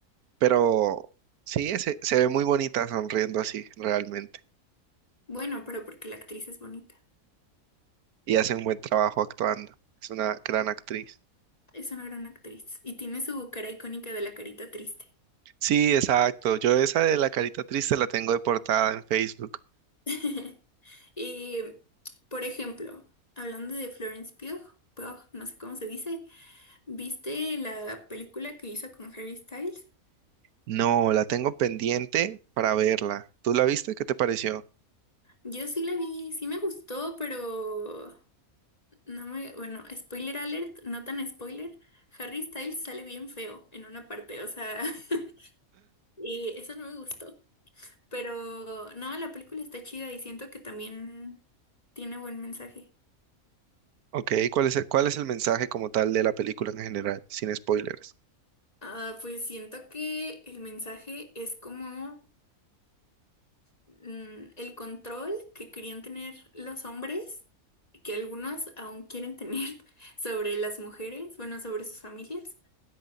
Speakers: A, on the right (about 85°); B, on the left (about 25°).
A: pero sí, se, se ve muy bonita sonriendo así, realmente.
B: Bueno, pero porque la actriz es bonita.
A: Y hace un buen trabajo actuando. Es una gran actriz.
B: Es una gran actriz y tiene su cara icónica de la carita triste.
A: Sí, exacto. Yo esa de la carita triste la tengo de portada en Facebook.
B: <laughs> Y, por ejemplo, hablando de Florence Pugh, Pugh, no sé cómo se dice, ¿viste la película que hizo con Harry Styles?
A: No, la tengo pendiente para verla. ¿Tú la viste? ¿Qué te pareció?
B: Yo sí la vi, sí me gustó, pero no me, bueno, spoiler alert, no tan spoiler, Harry Styles sale bien feo en una parte, o sea, <laughs> y eso no me gustó. Pero no, la película está chida y siento que también tiene buen mensaje.
A: Ok, ¿cuál es el, cuál es el mensaje como tal de la película en general, sin spoilers?
B: Ah, pues siento que el mensaje es como mm, el control que querían tener los hombres, que algunos aún quieren tener <laughs> sobre las mujeres, bueno, sobre sus familias